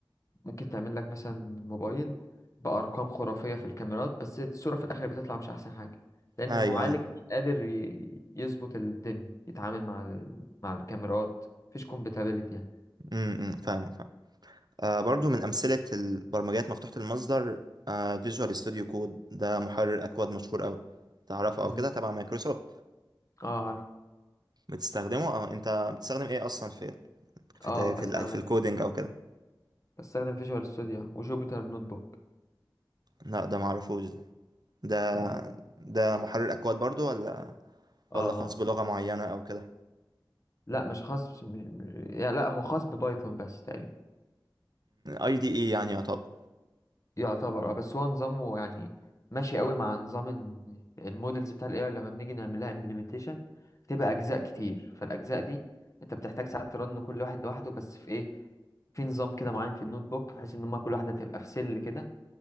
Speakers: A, on the left (about 40°); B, on the right (about 55°).
A: ممكن تعمل لك مثلا موبايل بأرقام خرافية في الكاميرات بس الصورة في الآخر بتطلع مش أحسن حاجة لأن
B: ايوه
A: المعالج
B: ايوه
A: مش قادر ي- يظبط الدنيا يتعامل مع ال... مع الكاميرات مفيش كومباتيبلتي يعني
B: امم فاهم فاهم آه برضو من امثلة البرمجيات مفتوحة المصدر آه فيجوال ستوديو كود ده محرر اكواد مشهور قوي تعرفه
A: مم.
B: او كده تبع مايكروسوفت
A: اه عارف
B: بتستخدمه او انت بتستخدم ايه اصلا في في
A: اه
B: ت- في,
A: بستخدم
B: ال- في الكودينج او كده
A: بستخدم فيجوال ستوديو وجوبيتر نوت بوك
B: لا ده معرفوش ده
A: مم.
B: ده محرر اكواد برضو ولا
A: اه
B: ولا
A: آه.
B: خاص بلغة معينة أو كده
A: لا مش خاص مش... م- يعني لا هو خاص ببايثون بس تقريبا
B: اي دي اي يعني يعتبر
A: يعتبر اه بس هو نظامه يعني ماشي قوي مع نظام ال- المودلز بتاع الاي اي. لما بنيجي نعمل لها امبلمنتيشن بتبقى اجزاء كتير فالاجزاء دي انت بتحتاج ساعات ترن كل واحد لوحده بس في ايه في نظام كده معين في النوت بوك بحيث ان هما كل واحده تبقى في سيل كده